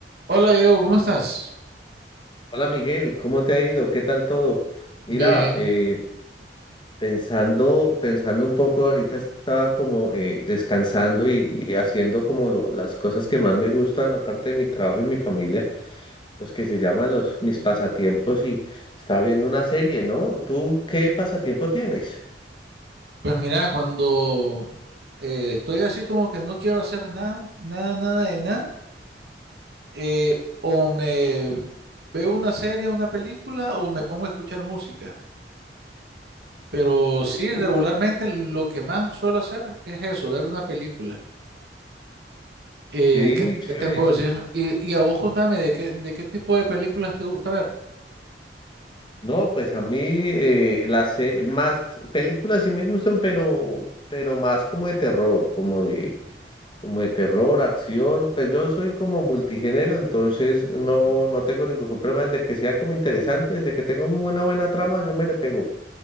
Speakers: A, on the right; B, on the left.
A: Hola Diego, ¿cómo estás?
B: Hola Miguel, ¿cómo te ha ido? ¿Qué tal todo? Mira,
A: Bien.
B: eh, pensando, pensando un poco, ahorita estaba como eh, descansando y, y haciendo como lo- las cosas que más me gustan, aparte de mi trabajo y mi familia, los que se llaman los mis pasatiempos y estaba viendo una serie, ¿no? ¿Tú qué pasatiempo tienes?
A: Pues mira, cuando eh, estoy así como que no quiero hacer nada, nada, nada de nada, eh, o me veo una serie, una película, o me pongo a escuchar música. Pero sí,
B: Uh,
A: regularmente lo que más suelo hacer es eso, ver una película. Eh,
B: sí,
A: ¿qué,
B: chévere.
A: qué te puedo decir? Y, y a vos contame, ¿de qué, de qué tipo de películas te gusta ver?
B: No, pues a mí eh, las se- más películas sí me gustan, pero, pero más como de terror, como de como de terror, acción, pues yo soy como multigénero, entonces no,
A: Ujú.
B: no tengo ningún problema, desde que sea como interesante, desde que tenga una buena, buena trama, yo me le pego,